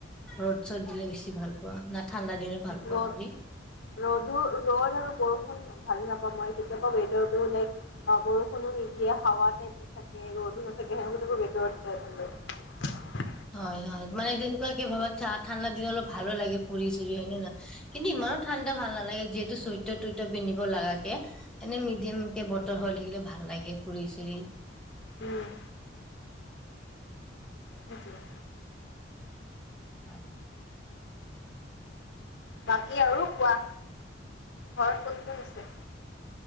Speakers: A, in the centre; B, on the left.
A: ৰ'দ চদ দিলে বেছি ভাল পোৱা না ঠাণ্ডা দিনত ভাল পোৱা
B: ৰ
A: ফুৰি?
B: ৰ'দো ৰ'দ আৰু বৰষুণ ভাল না মই কেতিয়াবা ৱেডাৰ টো লাইক আহ বৰষুণো নিদিয়ে হাৱা টাইপ দি থাকে ৰ'দো নাথাকে সেনেকোৱা টাইমত ভিতৰত যাই ভাল লাগে।
A: হয় হয় মানে যেনেকুৱাকে ভাবা ঠা ঠাণ্ডা দিন অলপ ভালো লাগে ফুৰি চুৰি হয় নে নহয় কিন্তু ইমান ঠাণ্ডা ভাল নালাগে যিহেতু চইটা তইটা পিন্ধিব লগাকে এনে মিডিয়ামকে বতৰ হৈ থাকিলে ভাল লাগে ফুৰি চুৰি।
B: উম সেইটোৱে
A: আহ।
B: বাকী আৰু কোৱা ঘৰত কোন কোন আছে?